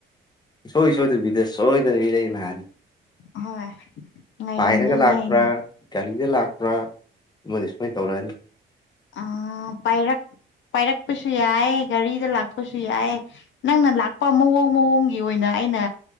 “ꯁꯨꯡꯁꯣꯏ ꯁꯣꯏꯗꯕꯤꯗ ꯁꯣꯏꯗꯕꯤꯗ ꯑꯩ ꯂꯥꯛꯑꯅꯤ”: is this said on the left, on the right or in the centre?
Left